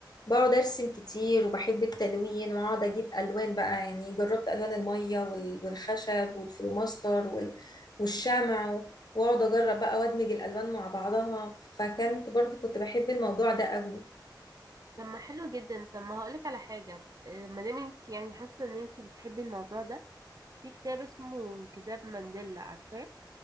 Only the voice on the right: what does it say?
طب ما حلو جدا طب ما هقولك على حاجة آه، ما دام انت يعني حاسة ان انت بتحبي الموضوع ده في كتاب اسمه كتاب مانديلا عارفاه